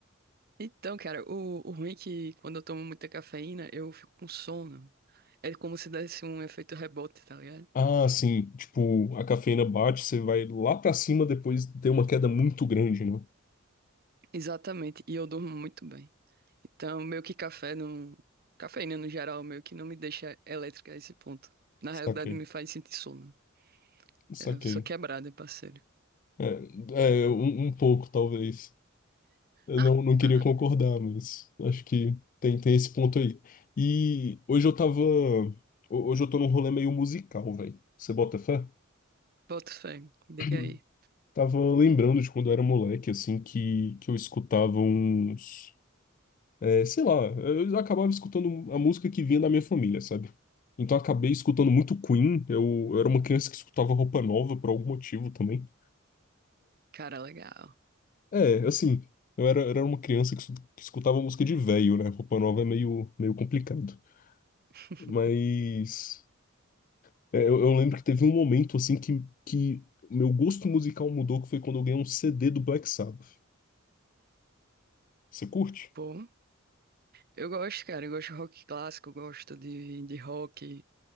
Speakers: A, on the right (about 45°); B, on the left (about 40°).
A: Então, cara, o, o ruim é que quando eu tomo muita cafeína, eu fico com sono. É como se desse um efeito rebote, tá ligado?
B: Ah, sim, tipo, a cafeína bate, você vai lá pra cima, depois tem uma queda muito grande, né?
A: Exatamente, e eu durmo muito bem. Então, meio que café não. Cafeína no geral, meio que não me deixa elétrica a esse ponto. Na
B: Saquei,
A: realidade, me faz sentir sono.
B: saquei.
A: Eu sou quebrada, parceiro.
B: É, é um um pouco, talvez. Eu
A: <laughs>
B: não, não queria concordar, mas acho que tem, tem esse ponto aí. E hoje eu tava. ho- Hoje eu tô num rolê meio musical, velho. Você bota fé?
A: Boto fé, diga
B: <clears throat>
A: aí.
B: Tava lembrando de quando eu era moleque, assim, que, que eu escutava uns. é, sei lá, eu acabava escutando a música que vinha da minha família, sabe? Então eu acabei escutando muito Queen. Eu, eu era uma criança que escutava Roupa Nova por algum motivo também.
A: Cara, legal.
B: É, assim, eu era, era uma criança que, escu- que escutava música de velho, né? Roupa Nova é meio, meio complicado.
A: <laughs>
B: Mas é, eu, eu lembro que teve um momento assim que, que meu gosto musical mudou, que foi quando eu ganhei um CD do Black Sabbath. Você curte?
A: Pô. Eu gosto, cara, eu gosto de rock clássico, eu gosto de, de rock.